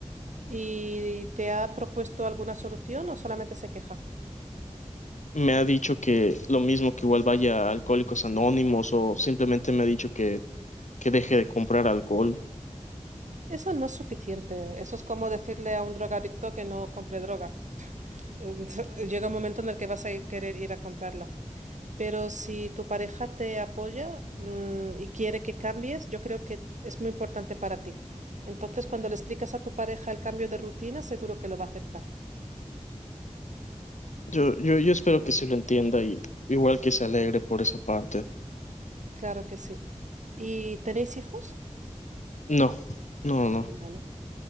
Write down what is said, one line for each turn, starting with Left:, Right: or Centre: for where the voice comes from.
Right: ¿Y te ha propuesto alguna solución o solamente se queja?
Left: Me ha dicho que lo mismo que igual vaya a Alcohólicos Anónimos o simplemente me ha dicho que, que deje de comprar alcohol.
Right: Eso no es suficiente. Eso es como decirle a un drogadicto que no compre droga. Eh, <laughs> Llega un momento en el que vas a ir- querer ir a comprarla. Pero si tu pareja te apoya, mm, y quiere que cambies, yo creo que es muy importante para ti. Entonces, cuando le explicas a tu pareja el cambio de rutina, seguro que lo va a aceptar.
Left: Yo, yo, yo espero que sí lo entienda y igual que se alegre por esa parte.
Right: Claro que sí. ¿Y tenéis hijos?
Left: No, no, no. no.
Right: Vale.